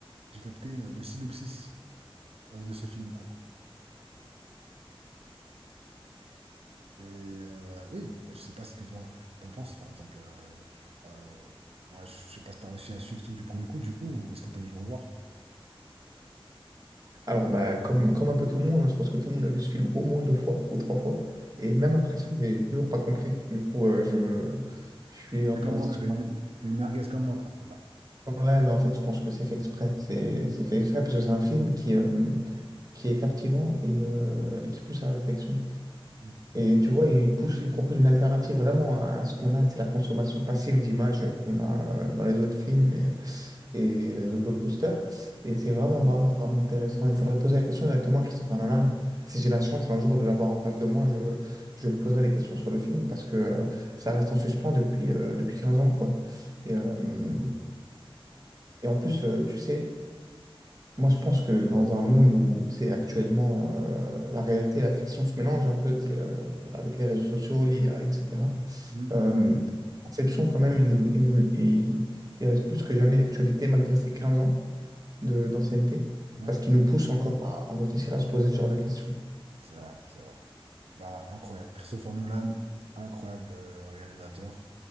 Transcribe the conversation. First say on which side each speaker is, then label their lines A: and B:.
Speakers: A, on the right (about 80°); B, on the right (about 40°).
A: j'ai capté euh, le synopsis euh, de ce film-là, quoi. Et euh, oui, bah, je sais pas ce que toi t'en penses, par exemple. euh, euh, moi, je sais pas si t'as réussi à suivre tout du premier coup, du coup, ou est-ce que t'as dû le revoir?
B: Alors, bah, comme, comme un peu tout le monde, hein, je pense que tout le monde a vu ce film au moins deux fois ou trois fois. Et même après ça, j'ai toujours pas compris. Du coup, euh, je, je suis un
A: T'es
B: peu
A: comme
B: resté
A: moi, quoi.
B: sur
A: T'es une,
B: ma
A: t'es une merguez comme moi, quoi. C'est ça.
B: fin. Ouais, mais en fait, je pense que c'est fait exprès. C'est c'est fait exprès parce que c'est un film qui, euh, qui est captivant et, euh, et qui pousse à la réflexion.
A: Mm.
B: Et tu vois, il pousse, il propose une alternative vraiment à ce qu'on a, c'est la consommation passive d'images qu'on a euh, dans les autres films et, et les autres blockbusters. Et
A: Ouais,
B: c'est vraiment, vraiment, vraiment intéressant. Il faudrait poser la question directement à Christopher Nolan. Si j'ai la chance un jour de l'avoir en face de moi, je, je lui poserai des questions sur le film parce que euh, ça reste en suspens depuis, euh, depuis 15 ans, quoi. Et, euh,
A: c'est vrai.
B: et en plus, euh, tu sais, moi je pense que dans un monde où, tu sais, actuellement, euh, la réalité et la fiction se mélangent un peu, tu sais, euh, avec les réseaux sociaux, l'IA, etc.
A: Mm.
B: Euh, Inception, quand même, il, nous- il nous- il- il reste plus que jamais l'actualité malgré ses 15 ans de- d'ancienneté,
A: Ouais,
B: parce qu'il nous pousse encore à, à réfléchir, à se poser ce genre de questions.
A: c'est vrai, c'est vrai. Bah, incroyable. Christopher Nolan, incroyable euh, réalisateur.